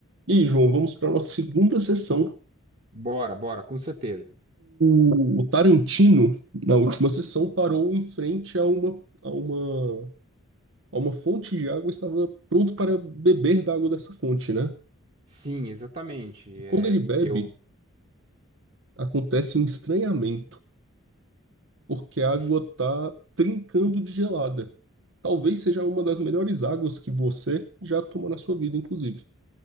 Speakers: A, on the right (about 60°); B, on the right (about 40°).
A: E aí, João, vamos para a nossa segunda sessão.
B: Bora, bora, com certeza.
A: O o Tarantino, na última sessão, parou em frente a uma, a uma, a uma fonte de água e estava pronto para beber da água dessa fonte, né?
B: Sim, exatamente.
A: E quando
B: É,
A: ele bebe,
B: eu.
A: acontece um estranhamento, porque a água
B: es-
A: está trincando de gelada. Talvez seja uma das melhores águas que você já tomou na sua vida, inclusive.